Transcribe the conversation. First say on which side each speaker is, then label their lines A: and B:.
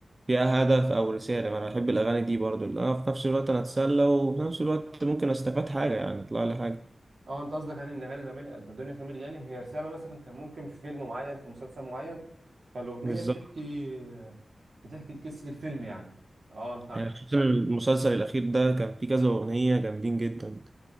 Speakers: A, on the right (about 30°); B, on the right (about 65°).
A: فيها هدف او رساله انا بحب الاغاني دي برضو اللي انا في نفس الوقت انا اتسلى وفي نفس الوقت ممكن استفاد حاجه يعني اطلع لي حاجه
B: اه انت قصدك يعني ان اغاني زمان دنيا سمير غانم هي رساله مثلا كان ممكن في فيلم معين في مسلسل معين فالاغنيه
A: بالظبط
B: بتحكي بتحكي قصه الفيلم يعني اه انا فهمتك
A: يعني خصوصا المسلسل الأخير ده كان فيه كذا أغنية جامدين جدا